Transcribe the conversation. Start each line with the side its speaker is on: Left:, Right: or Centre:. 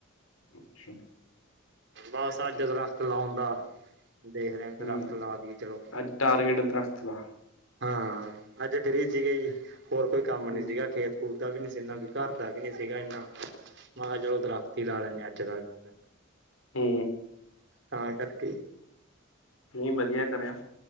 Left: ਅੱਛਾ।
Right: ਬਸ ਅੱਜ ਦਰਖਤ ਲਾਉਣ ਦਾ ਦੇਖਦੇ ਆਂ ਦਰਖਤ
Left: ਹੂੰ
Right: ਲਾ ਦੀਏ, ਚਲੋ
Left: ਅੱਜ ਟਾਰਗੇਟ ਦਰਖਤ ਦਾ
Right: ਹਾਂ, ਅੱਜ ਫਰੀ ਸੀਗੇ ਜੀ, ਹੋਰ ਕੋਈ ਕੰਮ ਨੀਂ
Left: ਅੱਛਾ
Right: ਸੀਗਾ ਖੇਤ ਪੂਰ ਦਾ ਵੀ ਨੀ ਸੀ ਇਨ੍ਹਾਂ ਕੀ ਘਰ ਦਾ ਵੀ ਨੀ ਸੀਗਾ ਇੰਨਾਂ, ਮੈਂ ਕਿਹਾ ਚਲੋ ਦਰਖਤੀ ਲਾ ਲੈਂਨੇ ਆ ਅੱਜ ਜਾ ਕੇ।
Left: ਹੂੰ।
Right: ਤਾਂ ਕਰਕੇ।
Left: ਨਈਂ, ਵਧੀਆ ਕਰਿਆ।